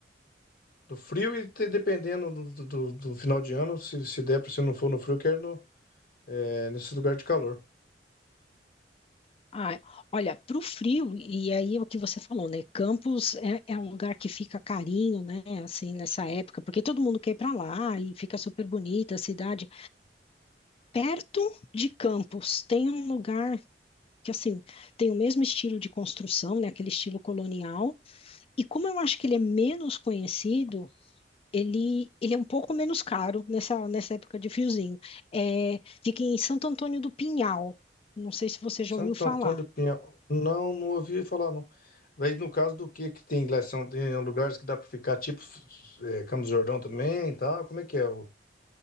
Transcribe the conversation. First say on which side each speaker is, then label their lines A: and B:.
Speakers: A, on the left (about 55°); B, on the left (about 35°).
A: Do frio e te- dependendo do, do, do- do final de ano, se, se der para se não for no frio, eu quero no, é, nesse lugar de calor.
B: Ah, olha, para o frio, e aí é o que você falou, né? Campos é, é um lugar que fica carinho, né? Assim, nessa época, porque todo mundo quer ir para lá e fica super bonita a cidade. Perto de Campos tem um lugar que assim tem o mesmo estilo de construção, né, aquele estilo colonial. E como eu acho que ele é menos conhecido, ele, ele é um pouco menos caro nessa, nessa época de friozinho. É, fica em Santo Antônio do Pinhal. Não sei se você já
A: Santo
B: ouviu falar.
A: Antônio do Pinhal. Não, não ouvi falar, não. Daí, no caso do que que tem lá? São, tem lugares que dá para ficar, tipo é, Campos do Jordão também e tal. Como é que é? O,